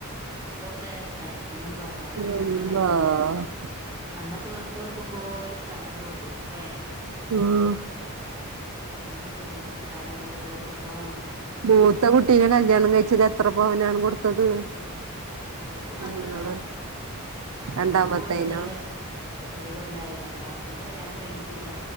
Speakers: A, on the right (about 15°); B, on the right (about 70°).
A: ഇപ്പൊക്കെ സ്ഥലത്തിനും സ്വർണത്തിനൊക്കെ
B: <unintelligible>
A: വെലേ
B: ആഹ്
A: അന്നൊക്കെ വെറുതെ കൊടുക്കും പോലെ സ്ഥലാണ് കൊടുക്കും ല്ലേ
B: ഉം
A: അന്നൊക്കെ സ്ഥലം കൊടുത്തതൊക്കെ ഇപ്പം
B: മൂത്ത കുട്ടീനെ കല്യാണം കഴിച്ചത് എത്ര പവനാണ് കൊടുത്തത്
A: ഓക്ക് പത്ത്
B: നിങ്ങള്
A: പവന് അന്ന്
B: രണ്ടാമത്തേനോ
A: പത്ത് കൊടുത്തു ഒരു കൊല്ലം ഒരു കൊല്ലായി രണ്ടാമ ത്തിന്റെ കല്യാണം കഴിഞ്ഞിട്ടില്ല